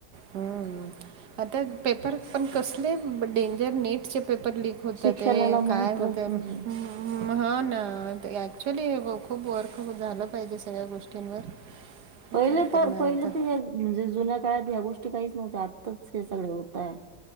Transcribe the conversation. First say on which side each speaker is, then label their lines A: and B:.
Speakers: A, on the right; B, on the right.
A: हां आता पेपर पण कसले डेंजर नीटचे पेपर लिक होतात
B: शिक्षणाला
A: ये काय
B: महत्त्वच
A: होतंय मं
B: नाही
A: मं हा ना ऍक्च्युली खूप वर्क झालं पाहिजे सगळ्या गोष्टींवर
B: पहिले
A: काय करणार
B: पार पहिलं
A: आता
B: तर म्हणजे जुन्या काळात ह्या गोष्टी काहीच नव्हत्या आत्ताच हे सगळ होताय.